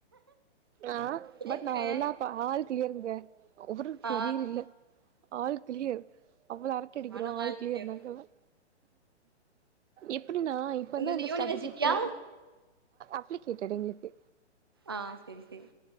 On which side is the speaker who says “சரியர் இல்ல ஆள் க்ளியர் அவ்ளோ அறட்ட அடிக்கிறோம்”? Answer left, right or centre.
Right